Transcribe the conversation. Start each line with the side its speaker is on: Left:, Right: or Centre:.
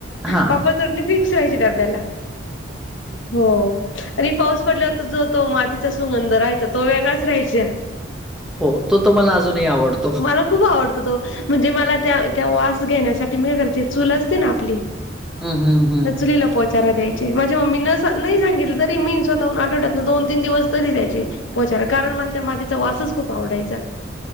Centre: हा.
Left: पापड फिक्स राहायची डब्याला. हो, आणि पाऊस पडल्यावर तर जो-तो मातीचा सुगंध राहायचा तो वेगळाच राहायच.
Centre: हो, तो तो मला अजूनही आवडतो.
Left: मला खूप आवडतो तो, म्हणजे मला त्या त्या वास घेण्यासाठी मी काय करायच चूल असते ना आपली,
Centre: हम्म हम्म हम्म
Left: त्या चुलीला वचारा द्यायचे, माझी मम्मीन नाही सांगितलं तरी मी स्वतःहून आठवड्यातन दोन- तीन दिवस तरी द्यायचे. पोचारा, कारण मला त्या मातीचा वासच खूप आवडायचा,